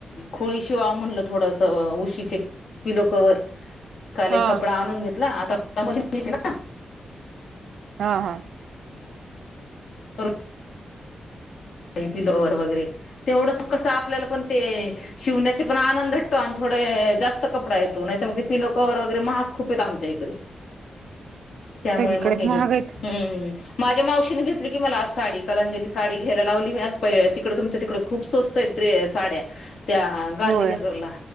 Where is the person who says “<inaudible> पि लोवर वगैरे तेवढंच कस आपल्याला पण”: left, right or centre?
Left